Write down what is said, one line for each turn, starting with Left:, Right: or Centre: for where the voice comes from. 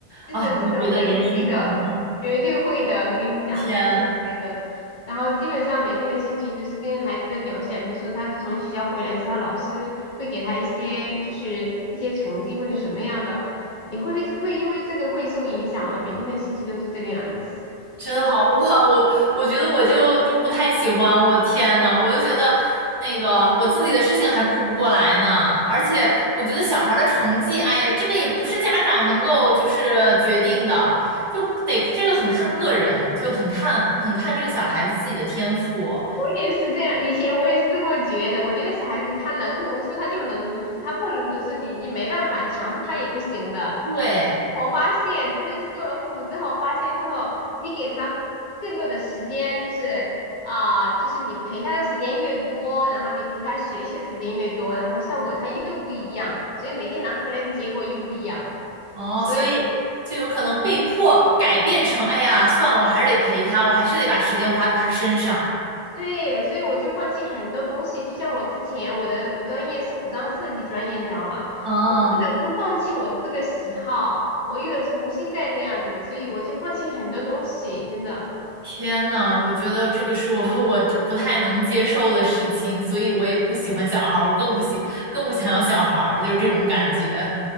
Left: 真的真的会会的，
Right: 啊，我就觉得人生好难，
Left: 绝对会的，我跟你讲，
Right: 天。
Left: 真的是会的。然后基本上每天的心情都是跟孩子的表现，比如说他从学校回来之后，老师会给他一些就是一些成绩或者什么样的，你会会因为这个会受影响了，每天的心情都是这个样子。
Right: 真的好哇！
Left: 周以我
Right: 我我觉得我就就不太喜欢，我天呐，我就觉得那个我自己的事情还顾不过来呢，而且我觉得小孩儿的成绩，哎呀，这个也不是家长能够就是决定的，就得这个很看个人，就很看很看这个小孩子自己的天赋，
Left: 我也是这样，以前我也是这么觉得。我觉得小孩子他能读书，他就能读书；他不能读书，你你没办法，你强制他也不行的。
Right: 对，
Left: 我发现，真的是做了父母之后，发现之后，你给他更多的时间，就是啊、就是你陪他的时间越多，然后你陪他学习的时间越多，然后效果他又不一样，所以每天拿回来的结果又不一样。
Right: 哦，
Left: 所以。
Right: 所以就有可能被迫改变成，哎呀，算了，我还是得陪他，我还是得把时间花在他身上，
Left: 对，所以我就放弃很多东西，就像我之前我的我专业是服装设计专业，你知道吗？
Right: 嗯。
Left: 我不得不放弃我这个喜好，我又得重新再那样子，所以我就放弃很多东西，真的。
Right: 天呐，我觉得这个是我 <laughs> 我这不太能接受的事情，所以我也不喜欢小孩儿，我更不喜更不想要小孩儿，就是这种感觉。